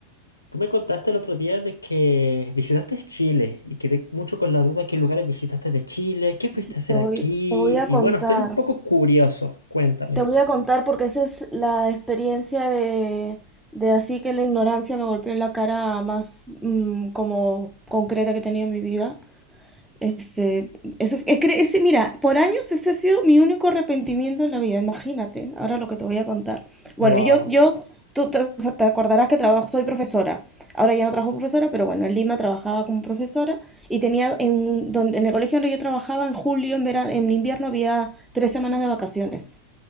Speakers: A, on the left (about 80°); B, in the centre.
A: tú me contaste el otro día de que visitaste Chile y quedé mucho con la duda qué lugares visitaste de Chile, qué fuiste
B: Sí,
A: a hacer
B: te voy,
A: aquí.
B: te voy a
A: Y
B: contar.
A: bueno, estoy un poco curioso, cuéntame.
B: Te voy a contar porque esa es la experiencia de, de así que la ignorancia me golpeó en la cara más mm, como concreta que he tenido en mi vida. Este, eso- es, que ese, mira, por años ese ha sido mi único arrepentimiento en la vida, imagínate, ahora lo que te voy a contar. Bueno,
A: Wow,
B: yo, yo, tú te, o sea, te acordarás que trabajo, soy profesora, ahora ya no trabajo como profesora, pero bueno, en Lima trabajaba como profesora y tenía, en, donde, en el colegio donde yo trabajaba, en julio, en verano, en invierno había tres semanas de vacaciones.